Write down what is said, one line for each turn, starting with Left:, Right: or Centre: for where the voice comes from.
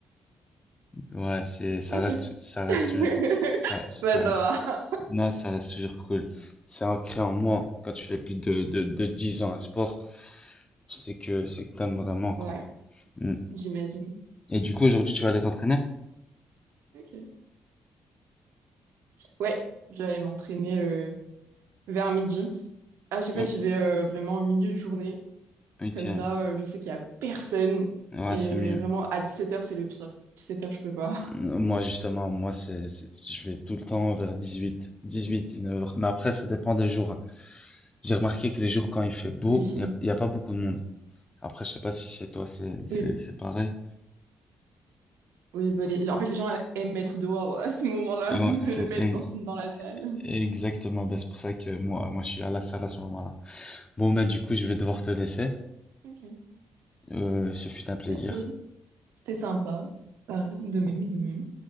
Left: Ouais, c'est ça
Right: Ok.
Left: reste ça reste
Right: <laughs>
Left: tou- ça, ça
Right: Bah, ça
Left: reste-
Right: va.
Left: non, ça reste toujours cool. C'est ancré en moi quand tu fais plus de, de, de 10 ans à sport, tu sais que c'est que t'aimes vraiment quoi.
Right: Ouais,
Left: Mm.
Right: j'imagine.
Left: Et du coup aujourd'hui tu vas aller t'entraîner?
Right: Ok. Ouais, j'allais m'entraîner euh, vers midi. À chaque fois,
Left: Oh,
Right: j'y vais euh, vraiment en milieu de journée.
Left: ok.
Right: Comme ça, euh, je sais qu'il y a personne.
Left: Ouais,
Right: Et
Left: c'est mieux.
Right: vraiment, à 17h, c'est le pire. 17h, je peux pas.
Left: Moi,
Right: <laughs>
Left: justement, moi, c'est, c'est- je vais tout le temps vers 18, 18, 19 heures. Mais après, ça dépend des jours. hein. J'ai remarqué que les jours quand il fait beau,
Right: Ok.
Left: il n'y a, il y a pas beaucoup de monde. Après, je sais pas si chez toi, c'est, c'est,
Right: Oui,
Left: c'est pareil.
Right: oui bah, les- en fait, les gens aiment être dehors à ce moment-là,
Left: Et ouais,
Right: <laughs> ne
Left: c'est
Right: pas
Left: e-
Right: être dans, dans la salle.
Left: exactement. Ben, c'est pour ça que moi, moi, je suis à la salle à ce moment-là. Bon, ben, du coup, je vais devoir te laisser.
Right: Ok.
Left: Euh, ce fut un plaisir.
Right: Ok. C'était sympa. Pareil, de même, de même.